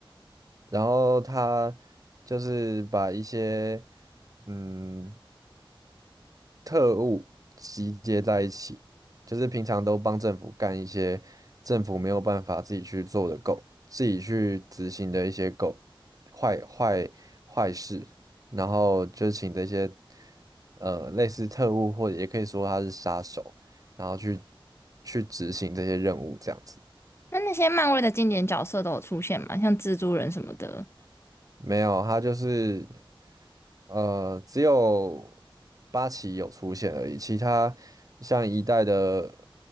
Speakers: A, on the right; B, on the left.
A: 然后他就是把一些，嗯。特务集结在一起，就是平常都帮政府干一些政府没有办法自己去做的狗，自己去执行的一些狗坏坏坏事，然后就请这些呃类似特务或者也可以说他是杀手，然后去去执行这些任务这样子。
B: 那那些漫威的经典角色都有出现吗？像蜘蛛人什么的。
A: 没有，他就是。呃，只有八旗有出现而已，其他像一代的